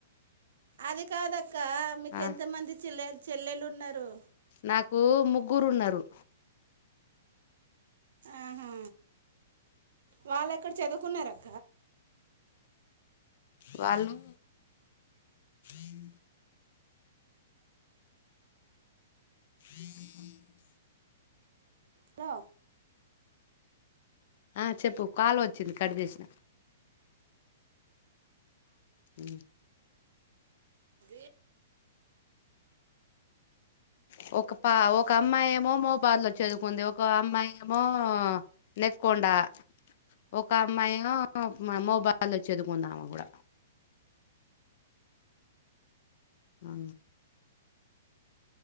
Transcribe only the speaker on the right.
అది కాదక్క మీకు
ఎంత మంది చెల్లె చెల్లెలు ఉన్నారు
ఆహా వాళ్ళు ఎక్కడ చదువుకున్నారుక్క
తో
వె